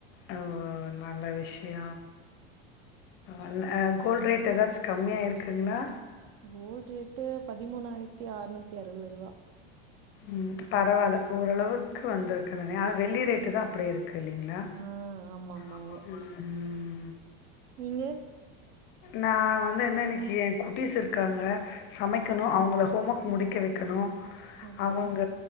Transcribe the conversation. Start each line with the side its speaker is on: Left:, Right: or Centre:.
Left: ஓ நல்ல விஷ்ய ஒன் அ கோல்ட் ரேட் எதாச்சு கம்மியாயி இருக்குங்ளா
Right: கோல்ட் ரேட்டு பதிமூணாயிர்த்தி ஆற்நூத்தி அறுவது ரூவா
Left: ம் பரவால்ல ஓரளவுக்கு வந்திருக்கு தானே ஆனா வெள்ளி ரேட்டு தா அப்டியே இருக்கு இல்லைங்ளா
Right: ஆ ஆமாமாங்க.
Left: ம் ம்
Right: நீங்க
Left: நா வந்து என்ன இன்னைக்கு எ குட்டீஸ் இருக்காங்க சமைக்கணு
Right: ஓகே,
Left: அவ்ங்கள ஹோம் ஒர்க் முடிக்க வெக்கணு
Right: ஓகே.
Left: அவங்க